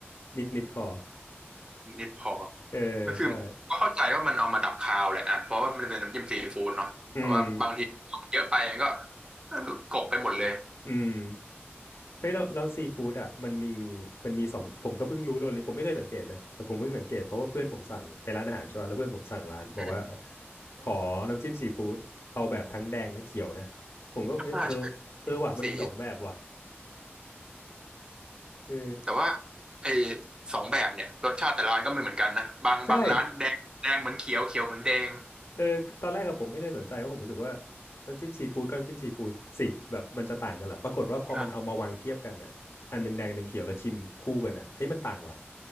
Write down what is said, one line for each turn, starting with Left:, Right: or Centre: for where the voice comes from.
Left: นิดนิดพอ
Right: นิดพอ
Left: เออใช่
Right: ก็คือก็เข้าใจว่ามันเอามาดับคาวแหละอ่ะเพราะว่ามันเป็นน้ำจิ้มซีฟู้ดเนาะแต่ว่าบางที
Left: อืม
Right: เยอะไปมันก็กลบไปหมดเลย
Left: อืมเฮ้ยแล้วแล้วซีฟู้ดอ่ะมันมีมันมีสองผมก็เพิ่งรู้เลยผมไม่เคยสังเกตเลย แต่ผมเพิ่งสังเกตเพราะว่าเพื่อนผมสั่งไปร้านอาหารใช่ป่ะแล้วเพื่อนผมสั่งร้านบอกว่า
Right: อม
Left: ขอน้ำจิ้มซีฟู้ดเอาแบบทั้งแดงและเขียวนะ ผมก็เออเออ
Right: อ่า
Left: เออว่ะ
Right: ใช่ส
Left: มันมีสองแบบว่ะเออ
Right: แต่ว่าไอ้สองแบบเนี่ยรสชาติแต่ละร้านก็ไม่เหมือนกันนะบางบางร้านแดงแดงเหมือนเขียวเขียวเหมือนแดง
Left: ใช่ เออคือตอนแรกอะผมไม่เคยสนใจเพราะผมรู้สึกว่าน้ำจิ้มซีฟู้ดกับน้ำจิ้มซีฟู้ดสิแบบมันจะต่างกันเหรอปรากฏว่าพอมันเอามาวางเทียบกันน่ะอันหนึ่งแดงอันหนึ่งเขียวแล้วชิมคู่กันน่ะเฮ้ยมันต่างว่ะ
Right: ครับ